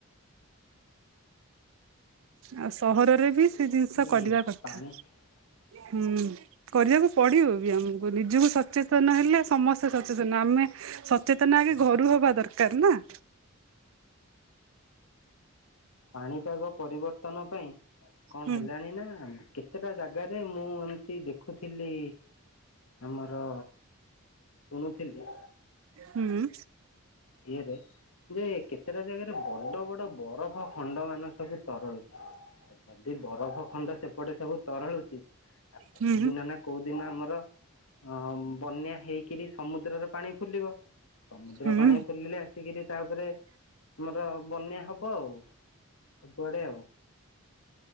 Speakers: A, on the right (about 65°); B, on the left (about 75°).
A: ଆଉ ସହରରେ ବି ସେ ଜିନିଷ
B: କି
A: କରିବା କଥା।
B: ପାଣି <inaudible>
A: ହୁଁ କରିବାକୁ ପଡିବ ବି ଆମକୁ ନିଜକୁ ସଚେତନ ହେଲେ ସମସ୍ତେ ସଚେତନ ଆମେ ସଚେତନ ଆଗେ ଘରୁ ହବା ଦରକାର ନା
B: ପାଣିପାଗ ପରିବର୍ତ୍ତନ ପାଇଁ କଣ
A: ହୁଁ
B: ହେଲାଣି ନା କେତେଟା ଜାଗାରେ ମୁଁ ଏମିତି ଦେଖୁଥିଲି ଆମର ଶୁଣୁଥିଲି
A: ହୁଁ
B: ଇଏରେ ଯେ କେତେଟା ଜାଗାରେ ବଡ ବଡ ବରଫ ଖଣ୍ଡ ମାନ ସବୁ ତରଳୁଛି ଯଦି ବରଫ ଖଣ୍ଡ ସେପଟେ ସବୁ ତରଳୁଛି ଆଉ କୋଉ
A: ହୁଁ
B: ଦିନ ନା କୋଉିନ ଦିନ ଆମର ଅ ବନ୍ୟା ହେଇକିରି ସମୁଦ୍ରର ପାଣି ଫୁଲିବ ସମୁଦ୍ର
A: ହୁଁ
B: ପାଣି ଫୁଲିଲେ ଆସିକିରି ତାପରେ ଆମର ବନ୍ୟା ହବ ଆଉ ସବୁଆଡେ ଆଉ।